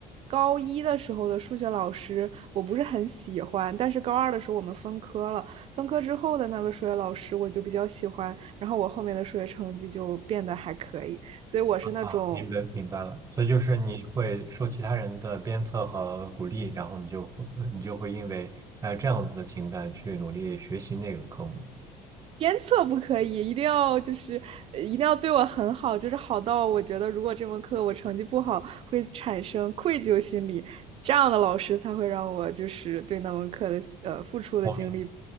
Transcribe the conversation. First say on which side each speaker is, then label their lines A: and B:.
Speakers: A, on the right; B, on the right.
A: 高一的时候的数学老师我不是很喜欢，但是高二的时候我们分科了，分科之后的那个数学老师我就比较喜欢，然后我后面的数学成绩就变得还可以，所以我是那种
B: 啊，明白明白了，所以就是你会受其他人的鞭策和鼓励，然后你就会呃你就会因为呃这样子的情感去努力学习那个科目。
A: 鞭策不可以，一定要就是呃一定要对我很好，就是好到我觉得如果这门课我成绩不好，会产生愧疚心理，这样的老师才会让我就是对那门课的呃付出的精力
B: 我明白